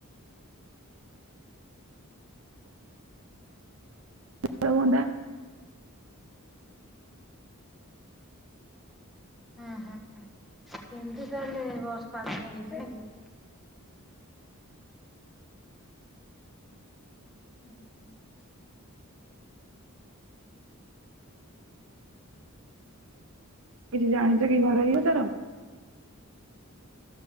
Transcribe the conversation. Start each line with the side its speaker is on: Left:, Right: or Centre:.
Right: <unintelligible>
Centre: ହଁ ହଁ କେମିତି ତାହଲେ ବସ୍ ପାଖ <unintelligible> ନାକି? ହୁଁ ହୁଁ।
Right: କିଛି ଜାଣିଛ କି ଘରୋଇ ଉପଚାର?